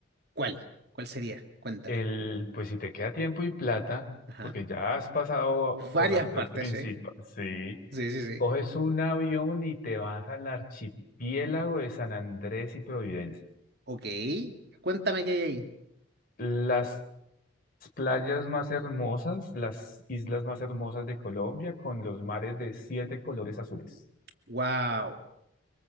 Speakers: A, on the right; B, on the left.
A: ¿Cuál? ¿Cuál sería? Cuéntame.
B: El, pues si te queda tiempo y plata,
A: Ajá.
B: porque ya has pasado
A: Varias
B: por las principales,
A: partes, ¿eh?
B: sí,
A: Sí, sí, sí.
B: coges un avión y te vas al archipiélago de San Andrés y Providencia.
A: Ok, cuéntame qué hay ahí.
B: Las playas más hermosas, las islas más hermosas de Colombia, con los mares de siete colores azules.
A: Wow,